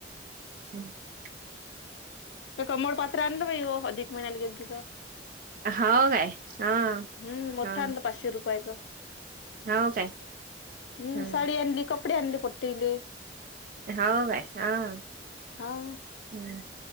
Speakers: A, on the right; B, on the left.
A: <inaudible>
B: ते कमळ पात्र आणलं बाई हो अधिक महिन्याला गेलते तर.
A: हो काय हा
B: हम्म मोठ
A: हा
B: आणला पाचशे रुपयाच.
A: हो काय
B: हम्म
A: ह
B: साडी आणली, कपडे आणली पोट्टीली.
A: हो काय हं.
B: हां
A: हम्मं